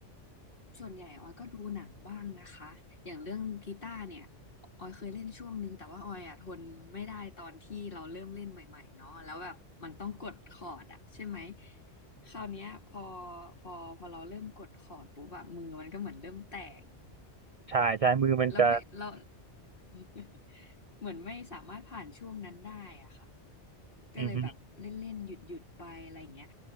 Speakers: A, on the left (about 50°); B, on the right (about 70°).
A: ส่วนใหญ่ออยก็ดูหนังบ้างนะคะ อย่างเรื่องกีตาร์เนี่ย ออยเคยเล่นช่วงนึงแต่ว่าออยอ่ะทนไม่ได้ตอนที่เราเริ่มเล่นใหม่ๆเนาะแล้วแบบมันต้องกดคอร์ดอะใช่ไหม คราวเนี้ยพอพอพอเราเริ่มกดคอร์ดปุ๊บแบบมือมันก็เหมือนเริ่มแตก
B: ใช่ใช่มือมันจะ
A: แล้วไม่เรา <laughs> เหมือนไม่สามารถผ่านช่วงนั้นได้อ่ะค่ะก็เลยแบบเล่นๆหยุดหยุดไปอะไรอย่างเงี้ย
B: อืม